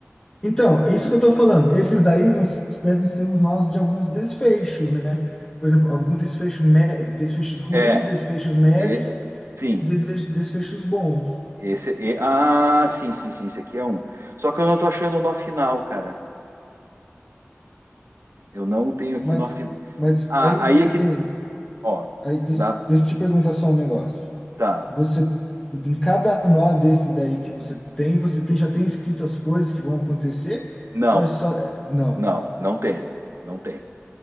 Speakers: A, on the left; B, on the right.
A: Então, é isso que eu tô falando. Esses daí não s- devem ser os nós de alguns desfechos, né? Por exemplo, algum desfecho, mé- desfechos ruins,
B: É,
A: desfechos médios,
B: é, sim.
A: desfechos, desfechos bons.
B: Esse é, ah, sim, sim, sim, esse aqui é um. Só que eu não estou achando o nó final, cara. Eu não tenho aqui
A: Mas,
B: nó final.
A: mas
B: Ah,
A: aí você
B: aí é que,
A: tem,
B: ó,
A: aí des-
B: dá,
A: deixa eu te perguntar só um negócio.
B: tá.
A: Você, em cada nó desse daí que você tem, você tem, já tem escrito as coisas que vão acontecer?
B: Não,
A: Ou é só, é, não,
B: não, não tem. Não tem.